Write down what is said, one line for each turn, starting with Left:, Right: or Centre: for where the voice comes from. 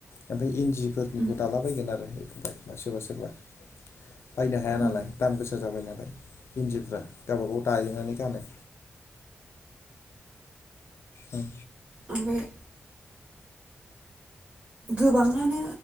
Left: ओमफ्राय इन्दि फोरनिखौ
Right: उम
Left: दाला बायगोन आरो बाय बा सोरबा सोरबा बायनो हाया
Right: उम
Left: नालाय दाम गोसा जाबाय नालाय इन्दिफ्रा गावबा गाव दायोनानै गानो ओं
Right: ओमफाय गोबाङानो